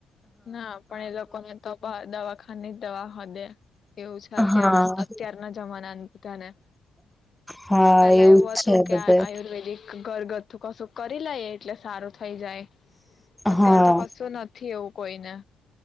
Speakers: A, on the left (about 50°); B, in the centre.
A: ના પણ એ લોકો ને તો બા દવાખાની જ દવા હદે એવું છે અત્યારના
B: હા
A: અત્યારના જમાના બધા ને
B: હા
A: પેલા એવું
B: જ
A: હતું
B: છે
A: કે
B: બધે
A: આ આયુર્વેદિક ઘરગથ તું કશું કરી લઈએ એટલે સારું થઈ જાય અત્યાર
B: હા
A: તો કશું નથી એવું કોઈને